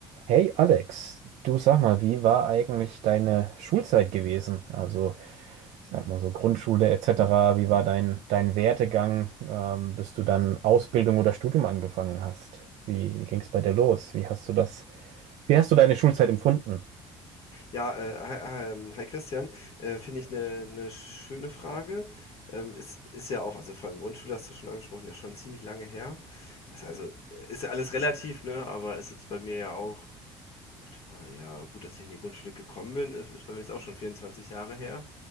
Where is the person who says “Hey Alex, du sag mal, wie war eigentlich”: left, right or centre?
Right